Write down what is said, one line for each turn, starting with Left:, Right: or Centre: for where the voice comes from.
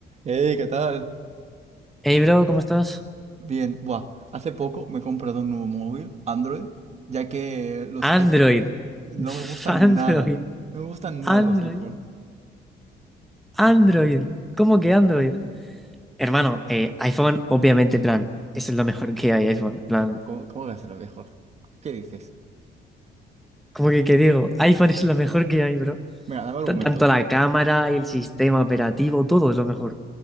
Right: Hey, ¿qué tal?
Centre: Hey bro, ¿cómo estás?
Right: Bien, buah, hace poco me he comprado un nuevo móvil, Android, ya que los
Centre: Android.
Right: iPhone
Centre: <laughs>
Right: no
Centre: Pf,
Right: me gustan
Centre: Android.
Right: nada. No me gustan nada
Centre: Android.
Right: los iPhone.
Centre: Android. ¿Cómo que Android? Hermano, eh, iPhone, obviamente, en plan, eso es lo mejor que hay, iPhone. en Plan,
Right: Pero ¿Cómo, cómo voy a hacerlo mejor? ¿Qué dices?
Centre: ¿cómo que qué digo? iPhone es lo mejor que hay, bro.
Right: Mira, dame argumentos.
Centre: T- tanto la cámara, el sistema operativo, todo es lo mejor.